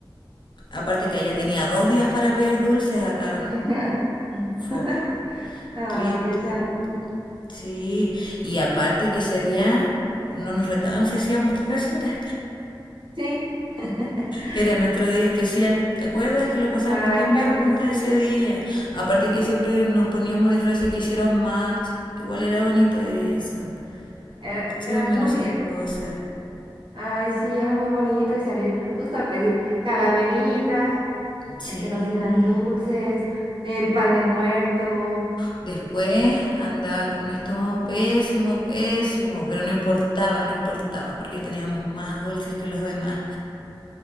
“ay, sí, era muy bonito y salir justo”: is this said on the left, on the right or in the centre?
Right